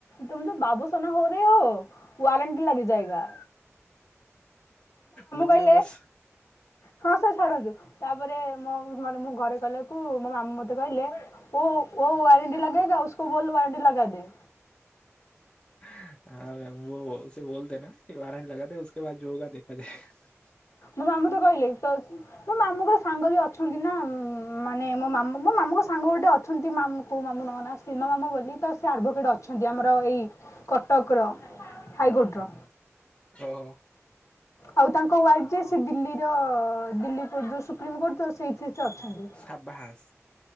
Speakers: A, on the left; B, on the left.
A: ତୁମ ଯ ବାବୁସାନ ହୋରେହ ୱରେଣ୍ଟ ଲାଗି ଯାଇଏଗା।
B: ମୁଝେ
A: କହିଲେ
B: ବସ୍
A: ହଁ ସେ ଛାଡ଼ନ୍ତୁ ତାପରେ ମୋ ମ ମୁଁ ଘରେ କଲାକୁ ମୋ ମାମୁ ମତେ କହିଲେ ଓ ୱରେଣ୍ଟ ଲଗେଇଗା ଉଷୁକେ ବୋଲାରଣ୍ଟି ଲଗା ଦେ।
B: <unintelligible>
A: ମୋ ମାମୁଁ ତ କହିଲେ ତ ମୋ ମାମୁଁଙ୍କର ସାଙ୍ଗ ବି ଅଛନ୍ତି ନା ମାନେ ମୋ ମାମୁଁ ମୋ ମାମୁଁଙ୍କ ସାଙ୍ଗ ଗୋଟେ ଅଛନ୍ତି ମାଁ କୋଉଁ ମାମୁଁ ନନା। ସୀମା ମାମା ବୋଲି ତ ସେ ଆଡ଼ଭୋକେଟ୍ ଅଛନ୍ତି, ଆମର ଏଇ କଟକର ହାଇକୋର୍ଟର।
B: ଓହୋ।
A: ଆଉ ତାଙ୍କ ୱାଇଫ୍ ଯେ ସେ ଦିଲ୍ଲୀର-ଅ-ଅ-ଅ-ଅ ଦିଲ୍ଲୀଟ ଯୋଉ ସୁପ୍ରିମକୋର୍ଟ ସେଇଥିରେ ସେ ଅଛନ୍ତି।
B: ସବାସ୍